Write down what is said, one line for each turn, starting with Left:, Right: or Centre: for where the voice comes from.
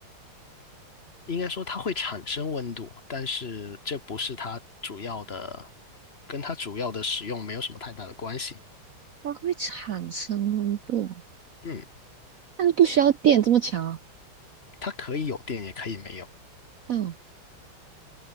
Left: 应该说它会产生温度，但是这不是它主要的，跟它主要的使用没有什么太大的关系。
Right: 它会产生温度，
Left: 嗯，
Right: 但是不需要电这么强啊。
Left: 它可以有电，也可以没有。
Right: 嗯，